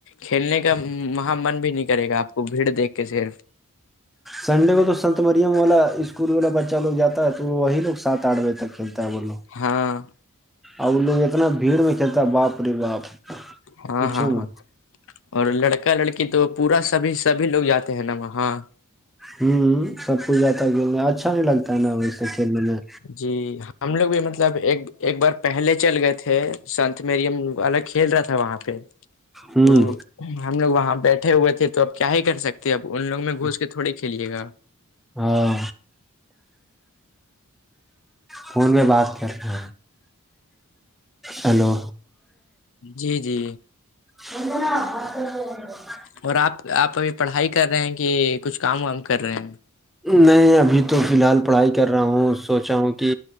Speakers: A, on the left; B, in the centre.
A: کھیلنے کا وہاں من بھی نہیں کرے گا آپ کو بھیڑ دیکھ کے صرف
B: سنڈے کو تو سنت مریم والا اسکول والا بچہ لوگ جاتا ہے تو وہی لوگ سات آٹھ بجے تک کھیلتا ہے وہ لوگ
A: ہاں
B: ا وہ لوگ اتنا بھیڑ میں کھیلتا ہے باپ رے باپ
A: ہاں
B: پوچھو
A: ہاں
B: مت
A: اور لڑکا لڑکی تو پورا سبھی سبھی لوگ جاتے ہیں نا وہاں
B: ہوں سب کچھ جیا ت گ اچھا نہیں لگتا ہے نا وہ سے کھیلنے میں
A: جی ہم لوگ بھی مطلب ایک ایک بار پہلے چل گئے تھے سنت میریم والگ کھیل رہا تھا وہاں پہ
B: ہوں
A: تو ہم لوگ وہاں بیٹھے ہوئے تھے تو اپ کیا ہی کر سکتے ہیں اپ ان لوگوں میں گھس کے تھوڑی کھیلیے گا
B: ہاں فون پہ بات کر رہ ہیلو
A: جی جی
B: ا بس
A: اور آپ آپ ابھی پڑھائی کر رہے ہیں کہ کچھ کام وام کر رہے ہیں
B: میں ابھی تو فی الحال پڑھائی کر رہا ہوں سوچا ہوں کہ